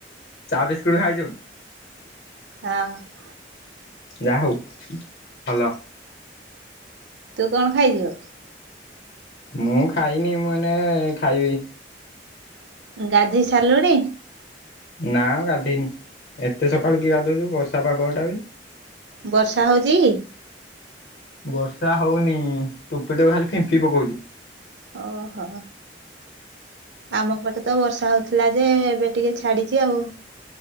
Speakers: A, on the left (about 60°); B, on the right (about 70°).
A: ଚା ବିସ୍କୁଟୁ ଖାଇଚୁ।
B: ହଁ।
A: ଯାହା ହଉ ଭଲ।
B: ତୁ କଣ ଖାଇଚୁ?
A: ମୁଁ ଖାଇନି ମୁଁ ଏଇନା ଖାଇବି।
B: ଗାଧେଇ ସାରିଲୁଣି?
A: ନା ଗାଧେଇନି ଏତେ ସକାଳୁ କିଏ ଗଧୋଉଚି ବର୍ଷା ପାଗ ଟା ବି।
B: ବର୍ଷା ହଉଚି?
A: ବର୍ଷା ହଉନି ଟୋପେ ଟୋପେ ଖାଲି ଫିମ୍ପିଡ଼ି ପକୋଉଚି।
B: ଓହୋ। ଆମ ପଟେ ତ ବର୍ଷା ହଉଥିଲା ଯେ ଏବେ ଟିକେ ଛାଡିଚି ଆଉ।